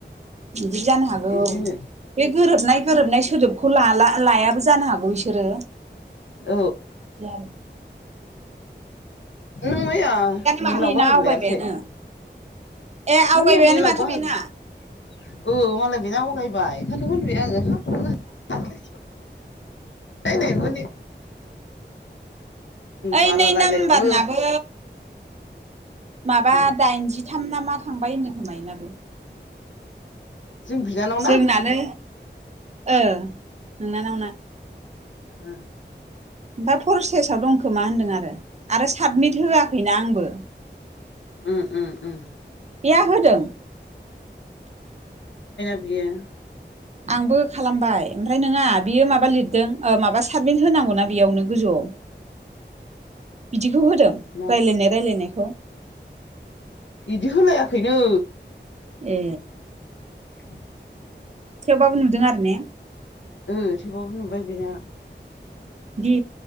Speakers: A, on the right; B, on the left.
A: बिदि जानो हागौ
B: बिदिनो
A: बे गोरोबनाय गोरोबनाय सोदोबखौ लाला लायाबो जानो हागौ बिसोरो
B: औ
A: जार
B: नों मैया
A: माथो
B: मेलाव
A: बेना
B: बाहागो
A: आवगायबायानो
B: लायासै
A: ए आवगायबायानो
B: नों मैया मेलाव
A: माथो
B: बाहागो
A: बेना
B: औ मालाय बेना आवगायबाय ओंखायथ' होनबाय आङो हाब माला दाख्लैसो नायनाय फोरनि
A: ओइ
B: बारा
A: नै
B: रायलायनोबो
A: नाम्बारनाबो माबा
B: ओ
A: दाइनजिथाम ना मा थांबाय होनदों खोमा एनाबो
B: जों बिनानाव
A: जोंनानो
B: ना?
A: ओ नोंनानावना।
B: ओ
A: ओमफाय प्रसेसाव दंखोमा होन्दों आरो आरो साबमिट होआखैना आंबो।
B: उम उम उम।
A: बेया होदों?
B: बेयो
A: आंबो खालामबाय ओमफ्राय नङा बियो माबा लिरदों ओ माबासो साबमिट होनांगौना‌ बेयावनो गोजौआव बिदि बेखौ होदों
B: मा
A: रायलायनाय रायलायनायखौ
B: बिदि होलायाखैनो।
A: ए
B: <unintelligible>
A: थेवबाबो नुदों आरो ने?
B: ओ थेवबाबो नुबाय बेना।
A: दे